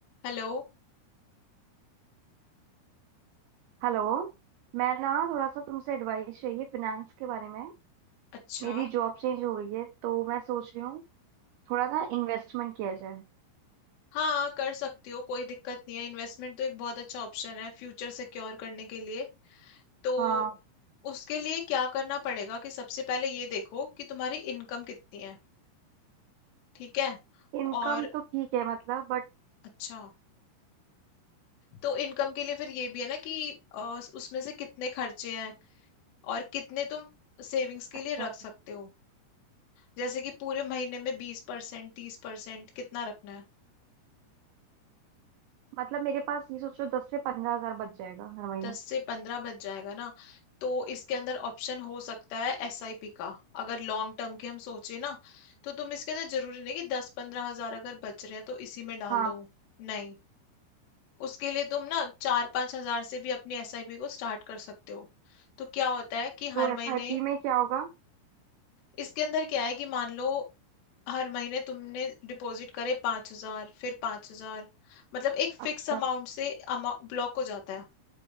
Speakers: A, on the left; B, on the right.
A: Hello
B: हेलो मैं ना थोड़ा सा तुमसे एडवाइस चाहिए फिनेंस के बारे में
A: अच्छा
B: मेरी जॉब चेंज हो गई है तो मैं सोच रही हूँ थोड़ा ना इन्वेस्टमेंट किया जाए
A: हाँ कर सकती हो कोई दिक्कत नहीं है इन्वेस्टमेंट तो एक बहुत अच्छा ऑप्शन है फ्यूचर सिक्योर करने के लिए तो
B: हाँ
A: उसके लिए क्या करना पड़ेगा कि सबसे पहले ये देखो कि तुम्हारी इनकम कितनी है ठीक है
B: इनकम
A: और
B: तो ठीक है मतलब बट
A: अच्छा तो इनकम के लिए फिर ये भी है ना कि अ, उसमें से कितने खर्चे हैं और कितने तुम सेविंग्स
B: अच्छा
A: के लिए रख सकते हो जैसे कि पूरे महीने में बीस परसेंट तीस परसेंट कितना रखना है
B: मतलब मेरे पास ये सोचो दस से पंद्रह हजार बच जाएगा हर महीने
A: दस से पंद्रह बच जाएगा ना तो इसके अंदर ऑप्शन हो सकता है एसआईपी का अगर लॉन्ग टर्म की हम सोचे ना तो तुम इसके अंदर जरूरी नहीं कि दस पंद्रह हजार अगर बच रहे हैं तो इसी में डाल
B: हाँ
A: दो नहीं उसके लिए तुम ना चार पांच हजार से भी अपनी एसआईपी को स्टार्ट कर सकते हो तो क्या होता है कि
B: तो
A: हर
B: एसआईपी
A: महीने
B: में क्या होगा
A: इसके अंदर क्या है कि मान लो हर महीने तुमने डिपॉजिट करे पांच हजार फिर पांच हजार मतलब एक फिक्स
B: अच्छा
A: अमाउंट से ब्लॉक हो जाता है